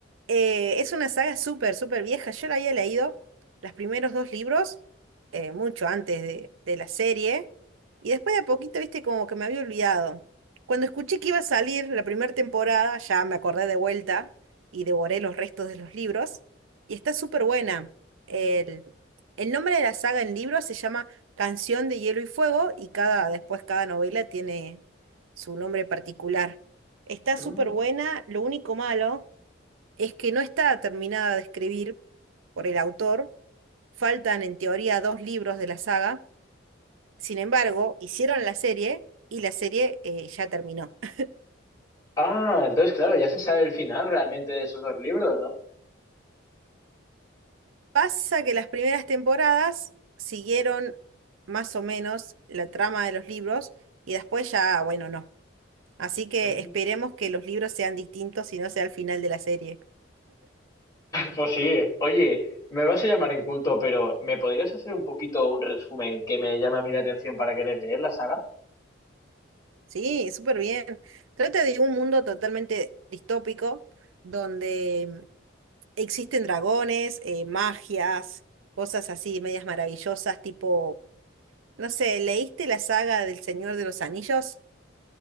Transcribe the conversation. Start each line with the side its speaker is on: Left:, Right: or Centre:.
Right: Eh, es una saga súper, súper vieja. Yo la había leído los primeros dos libros, eh, mucho antes de, de la serie, y después de a poquito, viste, como que me había olvidado. Cuando escuché que iba a salir la primera temporada, ya me acordé de vuelta y devoré los restos de los libros, y está súper buena. El, el nombre de la saga en libros se llama Canción de Hielo y Fuego, y cada, después cada novela tiene su nombre particular. Está
Left: Mm.
Right: súper buena, lo único malo es que no está terminada de escribir por el autor. Faltan en teoría dos libros de la saga. Sin embargo, hicieron la serie y la serie eh, ya terminó. <laughs>
Left: Ah, entonces claro, ya se sabe el final realmente de esos dos libros, ¿no?
Right: Pasa que las primeras temporadas siguieron más o menos la trama de los libros y después ya, bueno, no. Así que
Left: Mm.
Right: esperemos que los libros sean distintos y no sea el final de la serie.
Left: Pues sí, oye, me vas a llamar inculto, pero ¿me podrías hacer un poquito un resumen que me llama a mí la atención para querer leer la saga?
Right: Sí, súper bien. Trata de un mundo totalmente distópico donde Existen dragones, eh, magias, cosas así, medias maravillosas, tipo, no sé, ¿leíste la saga del Señor de los Anillos?